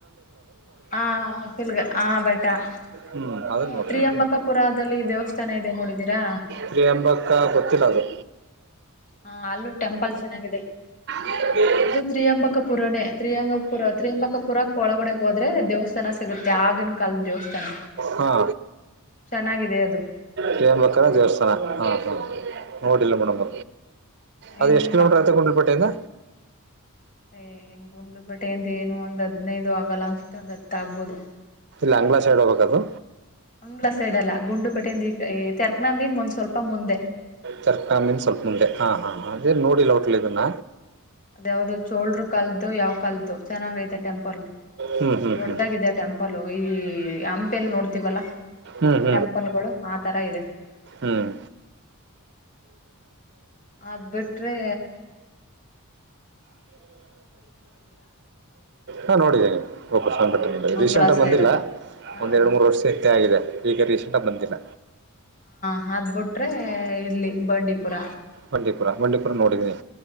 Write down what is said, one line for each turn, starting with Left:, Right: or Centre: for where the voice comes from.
Left: ಹ ತಿಲಗಲ್ಲ ಆ ಬಯಟ
Right: ಹ್ಮ್
Left: ಇನ್ನು
Right: ಅದನ್ನ ನೋಡಿದೀನಿ
Left: ತ್ರಿಯಂಬಕಪುರದಲ್ಲಿ ದೇವಸ್ಥಾನ ಇದೆ ನೋಡಿದೀರಾ
Right: ಪ್ರೀ ಎಂಬಕ್ಕ ಗೊತ್ತಿಲ್ಲ ಅದು
Left: ಹಾ ಅಲ್ಲೂ ಟೆಂಪಲ್ ಚೆನ್ನಾಗಿದೆ
Right: ಹ್ಮ
Left: ಅದು ತ್ರಿಯಂಬಕಪುರನೇ ತ್ರಿಯಂಗಪುರ ತ್ರಿಯಂಬಕಪುರಕ್ಕೆ ಒಳಗಡೆಗೆ ಹೋದ್ರೆ ದೇವಸ್ಥಾನ ಸಿಗುತ್ತೆ ಆ ಕಲ್ ದವುತಿನ
Right: ಹಾ
Left: ಚೆನ್ನಾಗಿದೆ ಅದು
Right: ತ್ರಿಯಂಬಕರ ದೇವಸ್ಥಾನ ಹ ಹಾ ಹ ನೋಡಿಲ್ಲ ಮೇಡ ಬ ಅದು
Left: ಇನ್
Right: ಎಷ್ಟು ಕಿಲೋಮೀಟರ್ ಆಯತ ಕುಂಡಲ್ಪೇಟೆಯಿಂದ
Left: ಏಹೆಂಗ್ ಗುಂಡ್ಲು ಬೇಟೆದ ಏನು ಒಂದ ಹದ್ನದು ಆಗಲ್ಲ ಅನ್ಸುತ್ತೆ ಒಂದ್ ಹತ್ತ ಆಗ್ಬೋದು
Right: ಬಾಂಗ್ಲಾ ಸೈಡ್ ಹೋಗಬೇಕದು
Left: ಅಂಗ್ಳ ಸೈಡ್ ಅಲ್ಲ ಗುಂಡುಪೇಟೆಯಿಂದ ಈ ತರ್ಕನ ಮೀನ್ ಒಂದ್ ಸ್ವಲ್ಪ ಮುಂದೆ
Right: ಚರ್ಕ ಮೀನ್ ಸ್ವಲ್ಪ ಮುಂದೆ ಹಾ ಹಾ ಅದೇ ನೋಡಿಲ್ಲ ಹೊಟ್ಲ್ ಇದನ್ನ
Left: ಅದ ಯಾವ್ದ ಚೋಲ್ರು ಕಲ್ದುು ಯಾವ್ ಕಾಲದು ಚೆನ್ನಾಗೈತೆ ಟೆಂಪಲ್
Right: ಹ್ಞೂ ಹ್ಞೂ
Left: ದೊಡ್ಡದಾಗಿದೆ
Right: ಹ್ಞೂ
Left: ಟೆಂಪಲ್ ಈ ಹಂಪ ಎಲ್ಲಿ ನೋಡ್ತವಲ್ಲಾ
Right: ಹ್ಞೂ
Left: ಟೆಂಪಲ್ಗಳು ಆ ತರ ಇದೆ
Right: ಹ್ಮ್
Left: ಅದ್ ಬಿಿಟ್ರೆ
Right: ಹಾ ನೋಡಿದ್ದೇಿ ಒಪ ಸಂಘಟನೆ
Left: ಹಾ ಅಂಗ್ಳ
Right: ರೀಸೆಂಟ್ಗ
Left: ಸೈಡು
Right: ಬಂದಿಲ್ಲ
Left: ಹಾ
Right: ಒಂದ್ ಎರಡು
Left: ಹಾ.
Right: ಮೂರು ವರ್ಷ ಇತ್ತ ಆಗಿದೆ ಈಗ ರೀಸೆಂಟ್ ಆಗ ಬಂದಿಲ್ಲ
Left: ಹಾ ಅದಬಿಟ್ರೆ ಇಲ್ಲಿ ಬಂಡೀಪುರ
Right: ಮಂಡೀಪುರ ಮಂಡೀಪುರ ನೋಡಿದೀನಿ